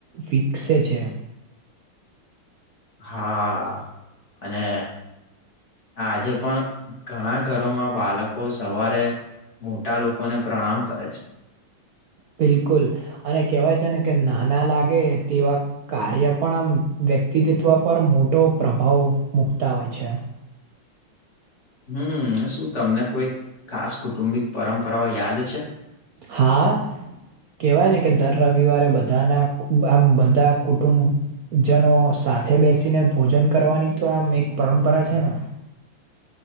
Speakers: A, on the right; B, on the left.
A: વિક્સે છે.
B: હા અને આજે પણ ઘણા ઘરોમાં બાળકો સવારે મોટા લોકોને પ્રણામ કરે છે.
A: બિલકુલ અને કેહેવાય છે ને કે નાના લાગે તેવા કાર્ય પણ આમ વ્યક્તિતવ પર મોટો પ્રભાવ મુકતા હોય છે.
B: હમ શું તમને કોઈ ખાસ કુટુંબિક પરંપરાઓ યાદ છે.
A: હા. કહેવાય ને કે દર રવિવારે બધાના આમ બધા કુટુંબ જનો સાથે બેસીને ભોજન કરવાની તો આમ એક પરંપરા છે ને.